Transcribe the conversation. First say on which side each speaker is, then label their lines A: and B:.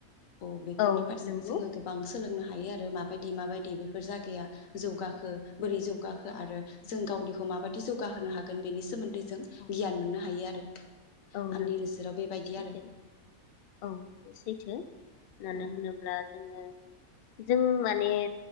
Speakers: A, on the left; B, on the left.
A: अ बेफोरनि
B: औ
A: फारसेबो
B: नंगौ
A: जोङो गोबांस सोलोंनो हायो आरो माबायदि माबायदि बेफोर जागाया जौगाखो बोरै जौगाखो आरो जों गावनिखौ माबायदि जौगाहोनो हागोन बेनि सोमोन्दै जों
B: औ
A: गियान मोननो हायो आरो।
B: औ
A: आंनि
B: नंगौ
A: नोजोराव बेबायदि
B: सैथो
A: आरो
B: औ बे सैथो मानो
A: औ
B: होनोब्ला जोङो जों माने